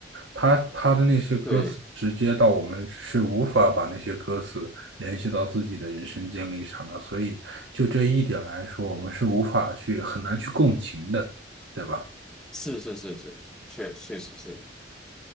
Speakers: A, on the right; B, in the centre.
A: 他他的那些歌词直接到我们是无法把那些歌词联系到自己的人生经历上的，
B: 对，
A: 所以就这一点来说，我们是无法去很难去共情的，对吧？
B: 是是是是，确确实是，